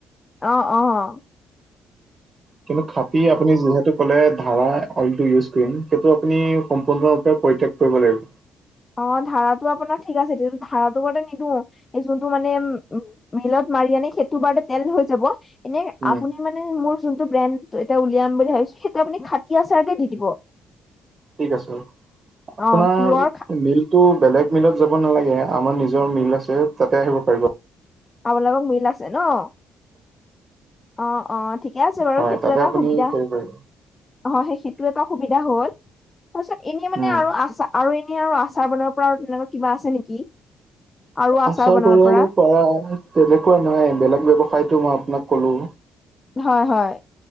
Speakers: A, on the left; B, on the right.
A: অ'অ'
B: কিন্তু খাটি আপুনি যিহেতু ক'লে ধাৰা অইলটো ইউছ কৰিম সেইটো আপুনি সম্পূৰ্ণৰূপে পৰিত্যাগ কৰিব লাগিব।
A: অ'ধাৰাটো আপোনাৰ ঠিক আছে <unintelligible> ধাৰাটো মানে নিদু এই যোনটো মানে উম মিলত মাৰি আনি সেইটো বাৰুতে তেল হৈ যাব এনে
B: উম
A: আপুনি মানে মোৰ যোনটো ব্ৰেণ্ড এটা উলিয়াম বুলি ভাবিছো সেইটো আপুনি খাটি আচাৰকে দি দিব।
B: ঠিক আছে হব
A: অ
B: আপোনাৰ
A: পিয়ৰ
B: বিল টো বেলেগ মিলত যাব নালাগে আমাৰ নিজৰ মিল আছে তাতে আহিব পাৰিব।
A: আপোনালোকৰ মিল আছে ন। অ', অ ', ঠিকে আছে বাৰু
B: হয়
A: সেইটো
B: তাতে
A: এটা
B: আপুনি
A: সুবিধা
B: কৰিব পাৰিব
A: হয় সেই সেইটো এটা সুবিধা হ'ল তাৰপিছত এনেই মানে
B: উম
A: আৰু আছা আৰু এনেই আৰু আচাৰ বনাব পৰা আৰু তেনেকুৱা কিবা আছে নেকি? আৰু
B: আচাৰ
A: বনাব
B: কৰিব
A: পৰা
B: পাৰা তেনেকুৱা নাই বেলেগ ব্যৱসায়তো মই আপোনাক কলো।
A: হয় - হয়।